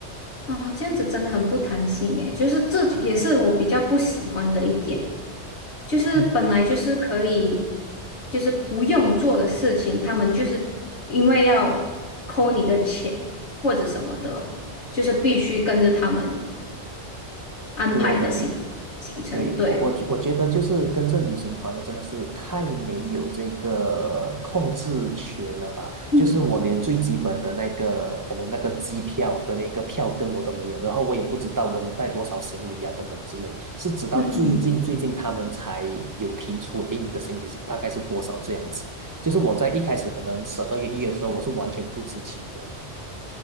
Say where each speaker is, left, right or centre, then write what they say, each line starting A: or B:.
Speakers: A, on the left; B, on the right.
A: 啊，这样子真的很不弹性诶，就是这也是我比较不喜欢的一点。就是本来就是可以，
B: 嗯，
A: 就是不用做的事情，他们就是因为要扣你的钱或者什么的，就是必须跟着他们安排的行行程。
B: 对，对，
A: 对，
B: 我我我觉得就是跟着旅行团的真的是太没有这个控制权了吧？
A: 嗯
B: 就是我连最基本的那个可能那个机票的那个票根我都没有，然后我也不知道我能带多少行李呀、等等之类。是直到最近最近他们才有提出，
A: 嗯嗯，
B: 诶，你的行李是大概是多少这样子。就是我在一开始可能十二月一月的时候，我是完全不知情的。